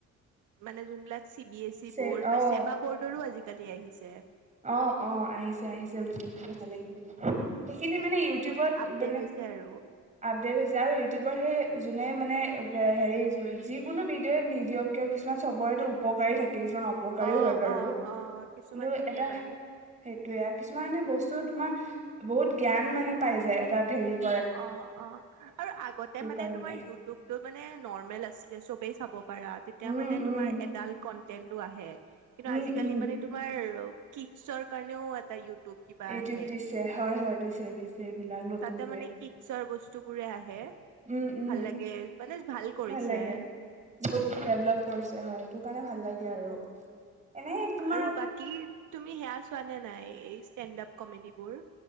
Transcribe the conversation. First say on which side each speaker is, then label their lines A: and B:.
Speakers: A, on the right (about 80°); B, on the right (about 25°).
A: মানে যোনবিলাক চি বি এছ ই
B: চে
A: বৰ্ড
B: অ
A: বা ছেবা বৰ্ডৰো আজিকালি আহিছে
B: অ অ আহিছে আহিছে গোটেইখিনি ভালে খিনি সেইখিনি মানে ইউটিউবত
A: বহুত আপডেট
B: মানে
A: হৈছে আৰু
B: আপডেট হৈছে আৰু ইউটিউবৰ সেই যোনে মানে হেৰি যিকোনো ভিডিঅ' নিদিয়ক কিয় কিছুমান চবৰেটো উপকাৰী থাকে কিছুমান অপকাৰীও
A: অ
B: হয় বাৰু
A: অ অ কিছুমান
B: কিন্তু
A: থাকে
B: এটা
A: বাৰু
B: সেইটোয়ে আৰু কিছুমানে বস্তু তোমাৰ বহুত জ্ঞান মানে পাই যায় এটা ভেৰিত ।
A: অ অ আৰু আগতে মানে
B: কাৰণে
A: তোমাৰ ইউটিউব মানে নৰ‌মেল আছিলে চবেই চাব পাৰা তেতিয়া
B: উম
A: মানে
B: উম
A: তোমাৰ এডাল কণ্টেন্টো আহে কিন্তু
B: উম
A: আজিকালি
B: উম
A: মানে তোমাৰ চৰ কাৰণেও এটা ইউটিউব কিবা
B: ইউটিউব
A: আহে
B: দিছে হয় হয় দিছে দিছে এইবিলাক নতুনকে
A: তাতে মানে কিটছৰ বস্তু বস্তুবোৰে আহে
B: উম উম
A: ভাল লাগে মানে কৰিছে।
B: ভাল লাগে বহুত ডেভলপ কৰিছে হয় সেইটো কাৰণে ভাল লাগে আৰু এনেই তোমাৰ
A: আৰু বাকী তুমি সেয়া পোৱা নে নাই এই ষ্টেণ্ড আপ কমেডিবোৰ